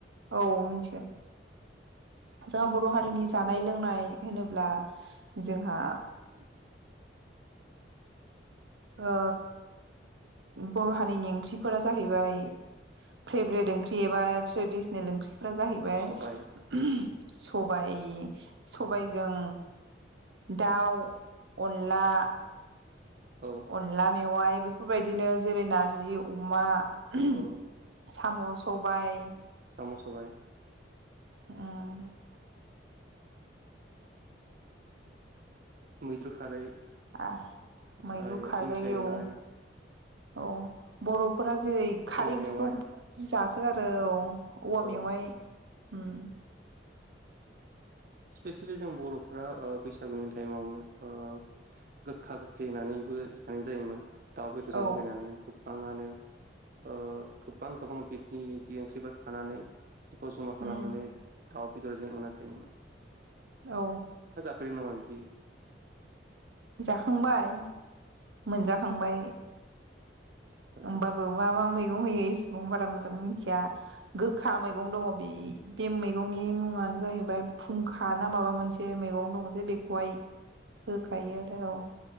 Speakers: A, on the right (about 75°); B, on the right (about 50°).
A: औ मिथिगोन, जोंहा बर' हारिनि जानाय लोंनाय होनोब्ला जोंहा, ओ बर' हारिनि ओंख्रिफोरा जाहैबाय। फेब्रेट ओंख्रि एबा ट्रेडिसनेल ओंख्रि फोर जाहैबाय
B: सबाय
A: सबाय सबायजों, दाउ अनला,
B: औ
A: अनला मेवाइ बेफोरबायदिनो जेरै नारजि अमा, ओम
B: औ
A: साम' सबाय
B: सम' सबाय
A: <unintelligible>
B: मैथ्रु खारै
A: <unintelligible>
B: ओमफ्राय
A: मैद्रु खारै
B: दिंखिया एवनाय
A: ओ औ बर'फोरा जेरै खारै
B: औवा
A: ओंख्रिखौ
B: मेवाइ
A: जासोगारो औ औवा
B: औ
A: मेवाइ उम
B: स्पेसियेलि जों बर'फ्रा बैसागुनि टाइमाव ओ गोखा गोखै होनानैबो जानाय जायोमोन दाउ बेदरजों
A: औ
B: लगायनानै गोबाङानो ओ गोबां गोबां बिदनि बि ओंख्रिफोर खानानै, बेखौ जमा खालामनानै
A: उम
B: दाउ बेदरजों एवना जायोमोन,
A: औ
B: <unintelligible> नामा बिदि,
A: जाखांबाय मोनजाखांबाय,
B: फुंखा
A: होमबाबो मा मा मै, मैगं होयो एसेबां बारा मोजां मोन्थिया गोखा मैंगं दङो बे बे मेगंनि मुङा, जाहैबाय फुंखा ना माबा मोनसे मैगं दङ, जे बेखौहाय होखायो आरो औ